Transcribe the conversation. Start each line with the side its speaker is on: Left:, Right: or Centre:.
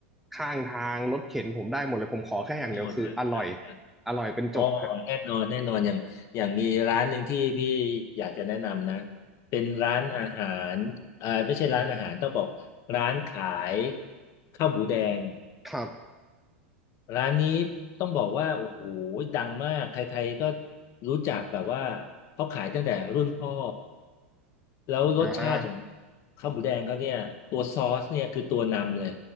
Centre: ข้างทางรถเข็นผมได้หมดเลยผมขอแค่อย่างเดียวคืออร่อย
Left: หมดเลยได้ได้
Centre: อร่อยเป็นจบฮะ
Left: อ๋อแน่นอนแน่นอนอย่างอย่างมีร้านหนึ่งที่พี่อยากจะแนะนำนะเป็นร้านอาหารเอ่อไม่ใช่ร้านอาหารต้องบอกร้านขายข้าวหมูแดง
Centre: ครับ
Left: ร้านนี้ต้องบอกว่าโอ้โหดังมากใครๆก็รู้จักแบบว่าเขาขายตั้งแต่รุ่นพ่อแล้วรสชาติของ
Centre: อ่า
Left: ข้าวหมูแดงเขาเนี่ยตัวซอสเนี่ยคือตัวนำเลย